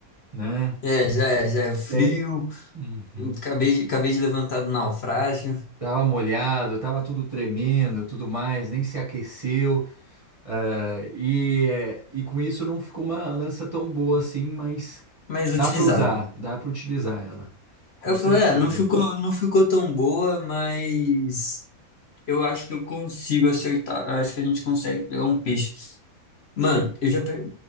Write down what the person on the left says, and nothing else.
é, já é, já é frio,
acabei, de- acabei de levantar do naufrágio,
mas
utilizável.
Eu
falei, é, não ficou, não ficou tão boa, mas Eu acho que eu consigo acertar. Eu acho que a gente consegue pegar um peixe. Mano, eu já. pe-